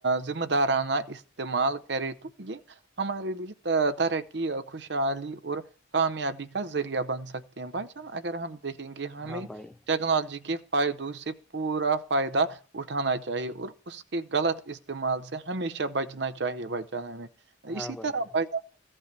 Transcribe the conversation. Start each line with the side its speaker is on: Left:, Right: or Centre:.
Right: ذمہ دارانہ استعمال کرے تو یہ ہمارے لیے ترقی خوشحالی اور کامیابی کا ذریعہ بن سک سکتے ہیں بھائی سان اگر ہم دیکھیں گے ہمیں
Centre: ہاں بھائی
Right: ٹیکنالوجی کے فائدو اس سے پورا فائدہ اٹھانا چاہیے اور اس کے غلط استعمال سے ہمیشہ بچنا چاہیے بچن ہمیں
Centre: ہاں
Right: اسی
Centre: بھائی
Right: طرح
Centre: جان